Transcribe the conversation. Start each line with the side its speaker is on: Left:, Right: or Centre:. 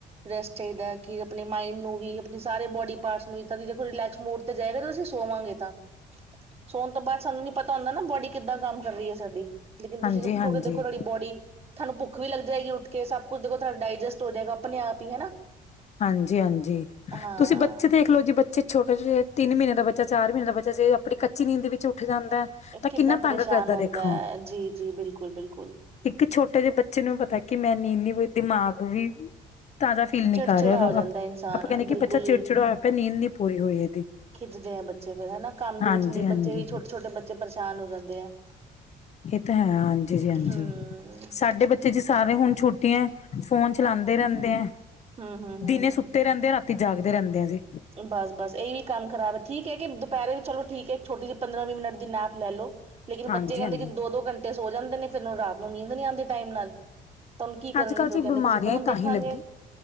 Right: ਰੈਸਟ ਚਾਹੀਦਾ ਹੈ ਕਿ ਆਪਣੇ ਮਾਇੰਡ ਨੂੰ ਵੀ ਆਪਣੀ ਸਾਰੇ ਬੋਡੀ ਸੀ ਦੇਖੋ ਰਿਲੈਕਸ ਮੋਡ ਤੇ ਜਾਏਗਾ ਤੁਸੀਂ ਸੋਵਾਂਗੇ ਤਾਂ ਸੋਣ ਤੋਂ ਬਾਅਦ ਸਾਨੂੰ ਨੀ ਪਤਾ ਹੁੰਦਾ ਨਾ ਬੋਡੀ ਕਿੱਦਾਂ ਕੰਮ ਕਰ ਰਹੀ ਹੈ ਸਾਡੀ ਲੇਕਿਨ ਤੁਸੀਂ
Left: ਹਾਂਜੀ
Right: ਉੱਠੋ
Left: ਹਾਂਜੀ
Right: ਕੇ ਦੇਖੋ ਤੁਹਾਡੀ ਬੋਡੀ ਤਾਨੂੰ ਭੁੱਖ ਵੀ ਲੱਗ ਜਾਏਗੀ ਉੱਠ ਸਭ ਕੁਛ ਦੇਖੋ ਤੁਡਾ ਡਾਇਜਸਟ ਹੋ ਜਾਏਗਾ ਆਪਣੇ ਆਪ ਹੀ ਹਨਾ।
Left: ਹਾਂਜੀ ਹਾਂਜੀ
Right: ਹਾਂ
Left: ਤੁਸੀਂ ਬੱਚੇ ਦੇਖਲਓ ਜੀ ਛੋਟੇ ਜਿਹੇ ਤਿੰਨ ਮਹੀਨੇ ਦਾ ਬੱਚਾ ਚਾਰ ਮਹੀਨੇ ਦਾ ਬੱਚਾ ਜੇ ਆਪਣੀ ਕੱਚੀ ਨੀਂਦ ਵਿੱਚ ਉੱਠ ਜਾਂਦਾ ਹੈ ਤਾਂ
Right: ਕਿੱਦਾਂ
Left: ਕਿੰਨਾ ਤੰਗ
Right: ਪਰੇਸ਼ਾਨ
Left: ਕਰਦਾ
Right: ਹੁੰਦਾ
Left: ਦੇਖੋ
Right: ਹੈ ਜੀ ਜੀ ਬਿਲਕੁਲ ਬਿਲਕੁਲ
Left: ਇੱਕ ਛੋਟੇ ਜਿਹੇ ਬੱਚੇ ਨੂੰ ਪਤਾ ਕਿ ਮੈ ਨ ਇੰਨੀ ਕੋਈ ਦਿਮਾਗ ਵੀ ਤਾਜ਼ਾ ਫੀਲ ਨ
Right: ਚਿੜਚਿੜਾ
Left: ਆਪਾਂ
Right: ਹੋ ਜਾਂਦਾ ਇਨਸਾਨ
Left: ਕੈਂਦੇ
Right: ਬਿਲਕੁਲ
Left: ਬੱਚਾ ਚਿੜ ਚਿੜਾ ਹੋਇ ਆ ਪਿਆ ਨੀਂਦ ਨੀ ਪੂਰੀ ਹੋਈ ਇਹਦੀ
Right: ਖਿੱਚਦੇ ਆ ਬੱਚੇ ਫੇਿਰ ਹਨਾ ਕੰਮ ਦੇ
Left: ਹਾਂਜੀ
Right: ਵਿੱਚ ਨਹੀਂ ਬੱਚੇ
Left: ਹਾਂਜੀ
Right: ਵੀ ਛੋਟੇ ਛੋਟੇ ਬੱਚੇ ਪਰੇਸ਼ਾਨ ਹੋ ਜਾਂਦੇ ਆ
Left: ਇਹ ਤਾਂ ਹੈ ਹਾਂਜੀ ਜੀ ਹਾਂਜੀ
Right: ਹੂੰ
Left: ਸਾਡੇ ਬੱਚੇ ਜੀ ਸਾਰੇ ਹੁਣ ਛੁੱਟੀ ਹੈ ਫੋਨ ਚਲਾਉਂਦੇ ਰੈਂਦੇ ਹੈ
Right: ਹਮ ਹਮ ਹਮ
Left: ਦਿਨੇ ਸੁੱਤੇ ਰਹਿੰਦੇ ਆ ਰਾਤੀ ਜਾਗਦੇ ਰੈਂਦੇ ਆ ਜੀ
Right: ਬਸ ਬਸ ਇਹ ਵੀ ਕੰਮ ਖਰਾਬ ਹੈ ਠੀਕ ਹੈ ਕਿ ਦੁਪਹਿਰੇ ਵੀ ਚਲੋ ਠੀਕ ਹੈ ਛੋਟੀ ਜਿਹੀ ਪੰਦਰਾਂ ਵੀਹ ਮਿੰਟ ਦੀ ਨੈਪ ਲੈ ਲੋ। ਲੇਕਿਨ
Left: ਹਾਂਜੀ
Right: ਬੱਚੇ ਕੈਂਦੇ
Left: ਹਾਂਜੀ
Right: ਕਿ ਦੋ ਦੋ ਘੰਟੇ ਸੋ ਜਾਂਦੇ ਫਿਰ ਉਨੂੰ ਰਾਤ ਨੂੰ ਨੀਂਦ ਦੀ ਨਹੀਂ ਆਂਦੀ ਟਾਈਮ ਨਾਲ ਤੁਹਾਨੂੰ ਕੀ ਕਰਨਗੇ
Left: ਅੱਜ ਕੱਲ੍ਹ
Right: ਫਿਰ
Left: ਜੀ
Right: ਕੈਂਦੇ
Left: ਬਿਮਾਰੀਆਂ
Right: ਅਸੀਂ ਫੋਨ
Left: ਹੀ
Right: ਦੇਖਾਂਗੇ
Left: ਤਾਂ ਹੀ ਲੱਗੀ